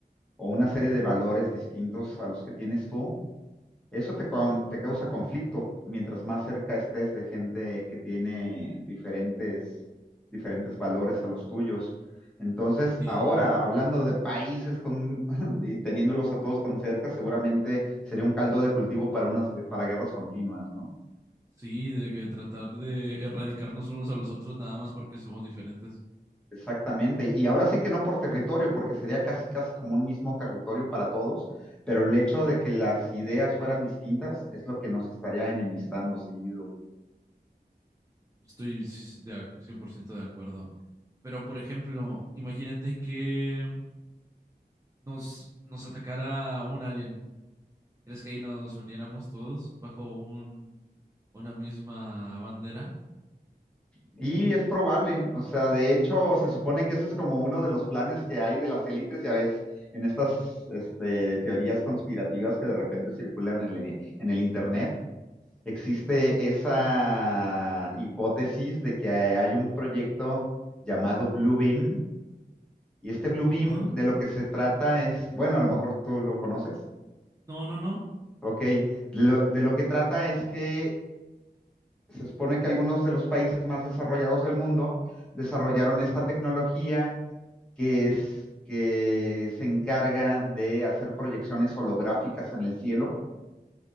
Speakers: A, in the centre; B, on the right.
A: o una serie de valores distintos a los que tienes tú eso te, con- te causa conflicto mientras más cerca estés de gente que tiene diferentes, diferentes valores a los tuyos. Entonces,
B: Entiendo.
A: ahora, hablando de países con, <laughs> y teniéndolos a todos tan cerca, seguramente sería un caldo de cultivo para unas, gue- para guerras continuas, ¿no?
B: Sí, de que tratar de erradicarnos unos a los otros nada más porque somos diferentes.
A: Exactamente. Y ahora sí que no por territorio, porque sería casi, casi como un mismo territorio para todos, pero el hecho de que las ideas fueran distintas es lo que nos estaría enemistando seguido.
B: Estoy s- de ac- 100% de acuerdo. Pero, por ejemplo, imagínate que nos, nos atacara un alien. ¿Crees que ahí nos uniéramos todos bajo un, una misma bandera?
A: Y es probable, o sea, de hecho, se supone que ese es como uno de los planes que hay de las élites, ya ves, en estas este, teorías conspirativas que de repente circulan en el, en el internet, existe esa hipótesis de que hay un proyecto llamado Blue Beam, y este Blue Beam
B: Ajá.
A: de lo que se trata es, bueno, a lo mejor tú lo conoces,
B: No, no, no.
A: ok, de lo, de lo que trata es que Se supone que algunos de los países más desarrollados del mundo desarrollaron esta tecnología que es que se encarga de hacer proyecciones holográficas en el cielo